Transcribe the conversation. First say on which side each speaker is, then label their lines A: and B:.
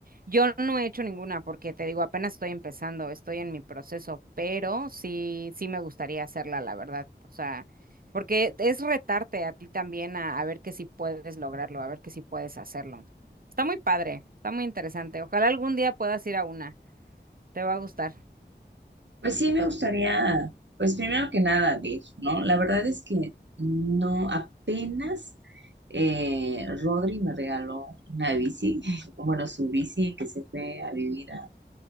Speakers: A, on the right (about 55°); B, on the right (about 85°).
A: Yo no he hecho ninguna porque te digo, apenas estoy empezando, estoy en mi proceso, pero sí, sí me gustaría hacerla, la verdad. O sea, porque es retarte a ti también a, a ver que si puedes lograrlo, a ver que si puedes hacerlo. Está muy padre, está muy interesante. Ojalá algún día puedas ir a una. Te va a gustar.
B: Pues sí, me gustaría, pues primero que nada, ver, ¿no? La verdad es que no, apenas eh, Rodri me regaló una bici, <laughs> bueno, su bici que se fue a vivir, a-